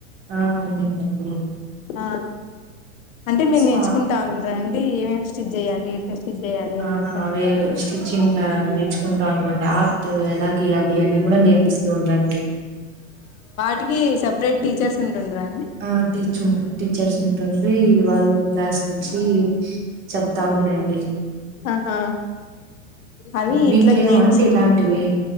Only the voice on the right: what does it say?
ఆ ఉండిందండి
సో
ఆ
అవే స్టిచ్చింగ్ నేర్చుకుంటా ఉండండి ఆర్ట్ ఎలాగీయాలి అని కూడా నేర్పిస్తూ ఉండండి.
ఆ టీచర్ టీచర్స్ ఉంటుంది వాళ్ళు క్లాస్కి వచ్చి చెప్తా ఉండండి
మీకు
లేవా
అండి ఇలాంటివి